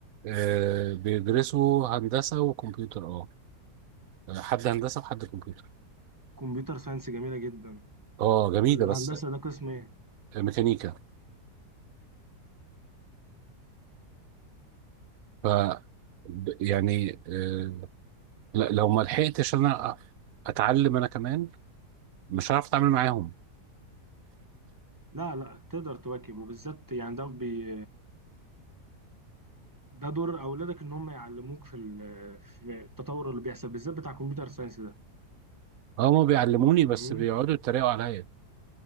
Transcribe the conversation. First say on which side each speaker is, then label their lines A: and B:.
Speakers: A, on the right (about 65°); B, on the right (about 15°).
A: آه، بيدرسوا هندسة وكمبيوتر اه حد هندسه وحد كمبيوتر
B: كمبيوتر ساينس جميلة جدا
A: اه جميله
B: والهندسة
A: بس
B: ده قسم ايه
A: ميكانيكا ف ب- يعني آه، لا- لو ما لحقتش انا أ- اتعلم انا كمان مش هعرف اتعامل معاهم
B: لا لا تقدر تواكب وبالذات يعني ده بي ده دور اولادك ان هم يعلموك في ال- في التطور اللي بيحصل بالذات بتاع كمبيوتر ساينس ده
A: آه، هما بيعلموني
B: فاهمني
A: بس بيقعدوا يتريقوا عليا